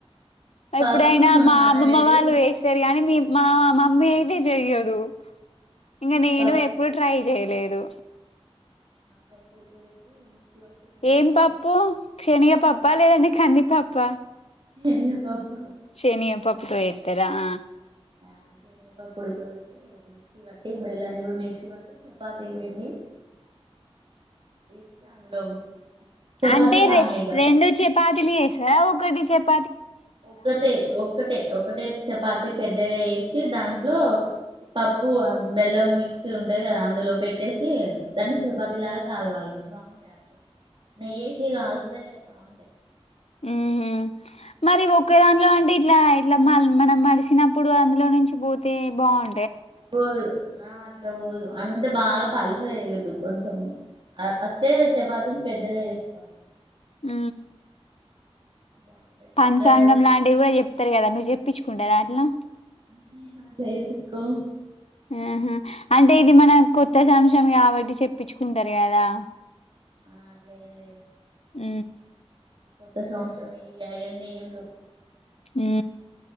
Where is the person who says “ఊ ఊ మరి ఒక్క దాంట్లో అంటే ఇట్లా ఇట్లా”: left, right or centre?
Left